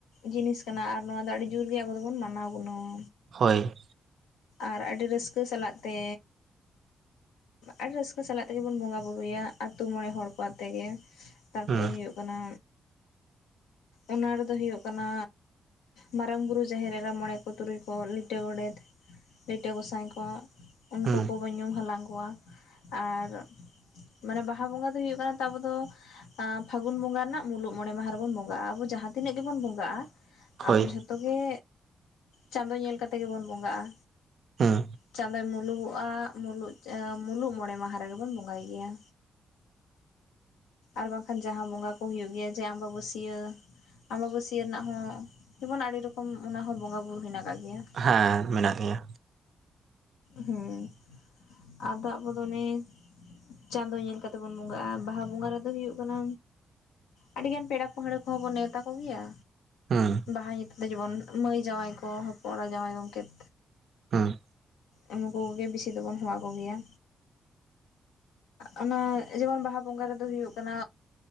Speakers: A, on the left; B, on the right.
A: ᱡᱤᱱᱤᱥ ᱠᱟᱱᱟ ᱟᱨ ᱱᱚᱶᱟ ᱫᱚ ᱟᱹᱰᱤ ᱡᱳᱨᱜᱮ ᱟᱵᱚ ᱫᱚᱵᱚᱱ ᱢᱟᱱᱟᱣ ᱜᱩᱱᱟᱹᱣᱟ
B: ᱦᱳᱭ
A: ᱟᱨ ᱟᱹᱰᱤ ᱨᱟᱹᱥᱠᱟᱹ ᱥᱟᱞᱟᱜ ᱛᱮ ᱟᱹᱰᱤ ᱨᱟᱹᱥᱠᱟᱹ ᱥᱟᱞᱟᱜ ᱛᱮᱜᱮ ᱵᱚᱱ ᱵᱚᱸᱜᱟ ᱵᱩᱨᱩᱭᱟ ᱟᱛᱳ ᱢᱚᱬᱮ ᱦᱚᱲ ᱠᱚ ᱟᱛᱮ ᱜᱮ ᱛᱟᱨᱯᱚᱨᱮ
B: ᱦᱩᱸ
A: ᱦᱩᱭᱩᱜ ᱠᱟᱱᱟ ᱚᱱᱟ ᱨᱮᱫᱚ ᱦᱩᱭᱩᱜ ᱠᱟᱱᱟ ᱢᱟᱨᱟᱝ ᱵᱩᱨᱩ ᱡᱟᱦᱮᱨ ᱮᱨᱟ ᱢᱚᱬᱮ ᱠᱚ ᱛᱩᱨᱩᱭ ᱠᱚ ᱞᱤᱴᱟᱹ ᱜᱚᱰᱮᱛ ᱞᱤᱴᱟᱹ ᱜᱚᱸᱥᱟᱭ ᱠᱚ ᱩᱱᱠᱩ
B: ᱦᱩᱸ
A: ᱠᱚᱵᱚᱱ ᱧᱩᱢ ᱦᱟᱞᱟᱝ ᱠᱚᱣᱟ ᱟᱨ ᱢᱟᱱᱮ ᱵᱟᱦᱟ ᱵᱚᱸᱜᱟ ᱫᱚ ᱦᱩᱭᱩᱜ ᱠᱟᱱ ᱛᱟᱵᱚ ᱫᱚ ᱯᱷᱟᱹᱜᱩᱱ ᱵᱚᱸᱜᱟ ᱨᱮᱱᱟᱜ ᱢᱩᱞᱩᱜ ᱢᱚᱬᱮ ᱢᱟᱦᱟ ᱨᱮᱵᱚᱱ ᱵᱚᱸᱜᱟᱜᱼᱟ, ᱟᱵᱚ ᱡᱟᱦᱟᱸ ᱛᱤᱱᱟᱹᱜ ᱜᱮᱵᱚᱱ ᱵᱚᱸᱜᱟᱜᱼᱟ
B: ᱦᱳᱭ
A: ᱟᱵᱚ ᱡᱷᱚᱛᱚ ᱜᱮ, ᱪᱟᱸᱫᱚ ᱧᱮᱞ ᱠᱟᱛᱮ ᱜᱮᱵᱚᱱ ᱵᱚᱸᱜᱟᱜᱼᱟ᱾
B: ᱦᱩᱸ
A: ᱪᱟᱸᱫᱳᱭ ᱢᱩᱞᱩᱜᱚᱜᱼᱟ, ᱢᱩᱞᱩᱜ ᱢᱩᱞᱩᱜ ᱢᱚᱬᱮ ᱢᱟᱦᱟ ᱨᱮᱜᱮ ᱵᱚᱱ ᱵᱚᱸᱜᱟᱭ ᱜᱮᱭᱟ᱾ ᱟᱨ ᱵᱟᱝᱠᱷᱟᱱ ᱡᱟᱦᱟᱸ ᱵᱚᱸᱜᱟ ᱠᱚ ᱦᱳᱭᱳᱜ ᱜᱮᱭᱟ ᱡᱮ ᱟᱸᱵᱟᱵᱟᱹ ᱥᱭᱟᱹ ᱟᱸᱵᱟᱵᱟᱹᱥᱭᱟᱹ ᱨᱮᱱᱟᱜ ᱦᱚᱸ ᱡᱮᱢᱚᱱ ᱟᱹᱰᱤ ᱨᱚᱠᱚᱢ ᱚᱱᱟ ᱦᱚᱸ ᱵᱚᱸᱜᱟ ᱵᱩᱨᱩ ᱦᱮᱱᱟᱜ ᱟᱠᱟᱫ ᱜᱮᱭᱟ᱾
B: ᱦᱮᱸ, ᱢᱮᱱᱟᱜ ᱜᱮᱭᱟ
A: ᱦᱮᱸ, ᱟᱫᱚ ᱟᱵᱚ ᱫᱚ ᱚᱱᱮ <inaudible> ᱪᱟᱸᱫᱚ ᱧᱮᱞ ᱠᱟᱛᱮ ᱵᱚᱱ ᱵᱚᱸᱜᱟᱜᱼᱟ, ᱵᱟᱦᱟ ᱵᱚᱸᱜᱟ ᱨᱮᱫᱚ ᱦᱩᱭᱩᱜ ᱠᱟᱱᱟ ᱟᱹᱰᱤ ᱜᱟᱱ ᱯᱮᱲᱟ ᱯᱟᱹᱲᱦᱟᱹ ᱠᱚᱦᱚᱸ ᱵᱚᱱ ᱱᱮᱣᱛᱟ ᱠᱚ ᱜᱮᱭᱟ
B: ᱦᱩᱸ
A: ᱵᱟᱦᱟ ᱧᱩᱛᱩᱢ ᱛᱮ ᱡᱮᱢᱚᱱ ᱢᱟᱹᱭ ᱡᱟᱶᱟᱭ ᱠᱚ ᱦᱚᱯᱚᱱ ᱮᱨᱟ ᱡᱟᱶᱟᱭ ᱜᱚᱢᱠᱮᱛ᱾
B: ᱦᱮᱸ
A: ᱩᱱᱠᱩ ᱠᱚᱜᱮ ᱵᱮᱥᱤ ᱫᱚᱵᱚᱱ ᱦᱚᱦᱚ ᱟᱠᱚ ᱜᱮᱭᱟ᱾ ᱚᱱᱟ ᱡᱮᱢᱚᱱ ᱵᱟᱦᱟ ᱵᱚᱸᱜᱟ ᱨᱮᱫᱚ ᱦᱩᱭᱩᱜ ᱠᱟᱱᱟ